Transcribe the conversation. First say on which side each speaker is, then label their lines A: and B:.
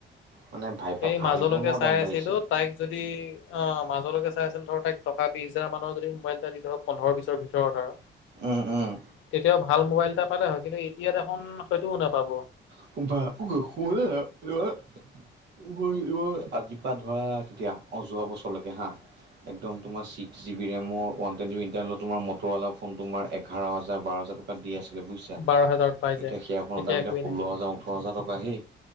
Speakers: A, on the right (about 60°); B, on the left (about 85°).
A: মানে ভাইবা
B: এই
A: ভাবিব
B: মাজলৈকে
A: নোৱাৰা
B: চাই
A: দাম বাঢ়িছে।
B: আছিলো তাইক যদি অ মাজলৈকে চাই আছিল ধৰক তাইক টকা বিছ হাজাৰ মানৰ যদি মোবাইল এটা দি ধৰক পোন্ধৰ বিচৰ ভিতৰত আৰু।
A: উম উম।
B: তেতিয়াও ভাল মোবাইল এটা পালে হয় কিন্তু এতিয়া দেখোন সেইটোও নাপাব।
A: <unintelligible> <unintelligible> আজিপা ধৰা কেতিয়া অ যোৱা বছৰলৈকে হা। একদম তোমাৰ ছিক্ জিবি ৰেমৰ ৱানটোৱেণ্টি ইণ্টাৰনেলত তোমাৰ মটৰৱালা ফোন তোমাৰ এঘাৰ হেজাৰ বাৰহেজাৰ টকাত দি আছিলে বুজিছা
B: বাৰ হাজাৰত পাই যায়
A: এতিয়া সেই ফোনৰ
B: এতিয়া
A: দাম
B: একোৱেই
A: ষোল্ল
B: নাই
A: হেজাও ওঠৰ হাজাৰ টকা সে,